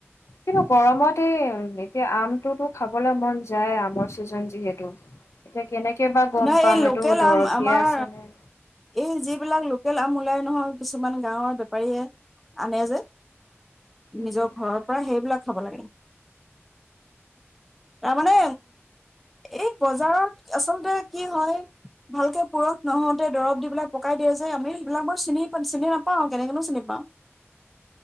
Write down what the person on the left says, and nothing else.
কিন্তু গৰমত এই এতিয়া আমটোতো খাবলৈ মন যায় আমৰ ছিজন যিহেতু এতিয়া কেনেকে বা গম
পাম
এইটো দৰৱ
দিয়া আছে নে
উম।